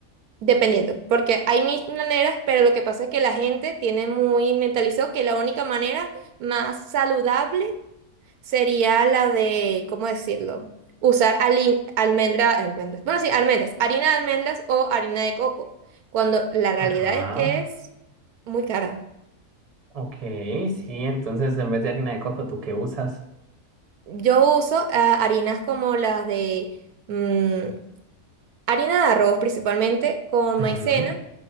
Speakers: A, on the right (about 75°); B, on the right (about 25°).
A: dependiendo. Porque hay mil maneras, pero lo que pasa es que la gente tiene muy mentalizado que la única manera más saludable sería la de, ¿cómo decirlo? Usar ali- almendra, almendras, bueno, sí, almendras, harina de almendras o harina de coco, cuando la realidad
B: Ajá.
A: es que es muy cara.
B: Ok, sí, entonces en vez de harina de coco, ¿tú qué usas?
A: Yo uso ah, harinas como las de mm, Harina de arroz principalmente con
B: Ujú,
A: maicena.